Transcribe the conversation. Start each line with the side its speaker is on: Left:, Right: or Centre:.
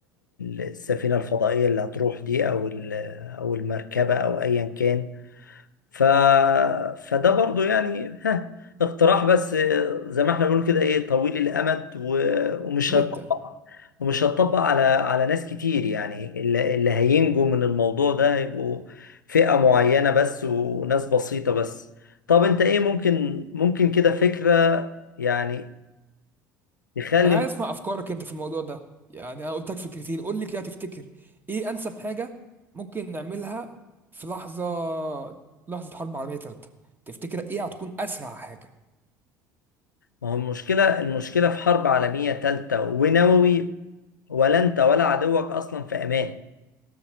Left: السفينه الفضائيه اللي هتروح دي او ال- او المركبه او ايا كان ف... فده برضو يعني ها اقتراح بس زي ما احنا بنقول كده ايه طويل الامد و... ومش
Right: جدا
Left: هيطبق ومش هتطبق على على ناس كتير يعني اللي, اللي هينجوا من الموضوع ده هيبقوا فئة معينة بس وناس بسيطة بس طب انت ايه ممكن ممكن كده فكرة يعني تخلي
Right: انا عايز اسمع افكارك انت في الموضوع ده يعني انا قلت لك فكرتين قول لي كده تفتكر ايه انسب حاجه ممكن نعملها في لحظه لحظه حرب عالميه ثالثه تفتكر ايه هتكون اسرع حاجه
Left: ما هو المشكلة المشكلة في حرب عالمية تالتة ونووي ولا انت ولا عدوك اصلا في امان